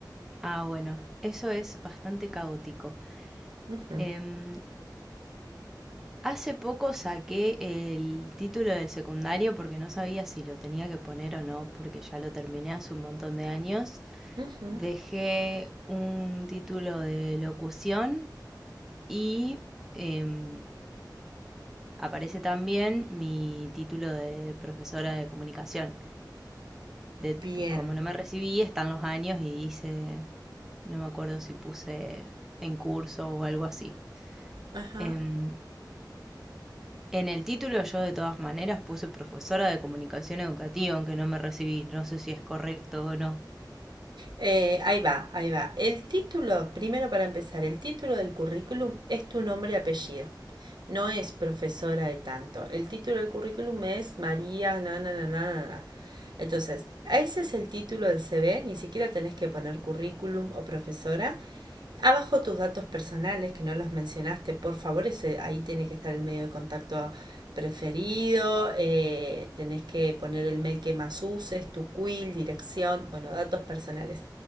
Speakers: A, in the centre; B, on the right.
A: Ah, bueno, eso es bastante caótico.
B: Ujú,
A: Em, hace poco saqué el título del secundario porque no sabía si lo tenía que poner o no, porque ya lo terminé hace un montón de años.
B: ujú.
A: Dejé un título de locución y em, aparece también mi título de profesora de comunicación. De,
B: Bien.
A: como no me recibí, están los años y hice, no me acuerdo si puse en curso o algo así.
B: Ajá.
A: Em, en el título yo de todas maneras puse profesora de comunicación educativa, aunque no me recibí. No sé si es correcto o no.
B: Eh, ahí va, ahí va. El título, primero para empezar, el título del currículum es tu nombre y apellido. no es profesora de tanto. El título del currículum es María, na, na, na, na, na, Entonces, ese es el título del CV, ni siquiera tenés que poner currículum o profesora. Abajo tus datos personales, que no los mencionaste, por favor, ese, ahí tiene que estar el medio de contacto preferido, eh, tenés que poner el mail que más uses, tu quill, dirección, bueno, datos personales.